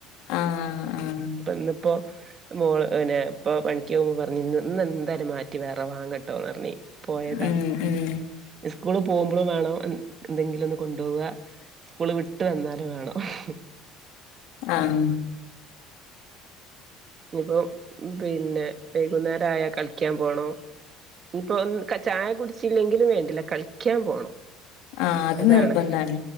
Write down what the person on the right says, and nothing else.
പ്പ ന്നിപ്പോ മോള് പിന്നെ പ്പൊ പണിക്ക പോകുമ്പോ പറഞ്ഞിന്ന് ഇന്ന് എന്തായാലും മാറ്റി വേറെ വാങ്ങട്ടോന്ന് റഞ്ഞ് പോയതാ
സ്കൂള് പോകുമ്പളും വാണം എന്തെങ്കിലും ഒന്ന് കൊണ്ടോവാ സ്കൂള് വിട്ട് വന്നാലും വാണം ഹ്മ്
ഇനിപ്പോ പിന്നെ വൈകുന്നേരം ആയാ കളിക്യാൻ പോണം ഇപ്പൊ ഒ ഉം ചായ കുടിച്ചില്ലെങ്കിലും വേണ്ടില്ല കളിക്യാൻ പോണം
അതാണ്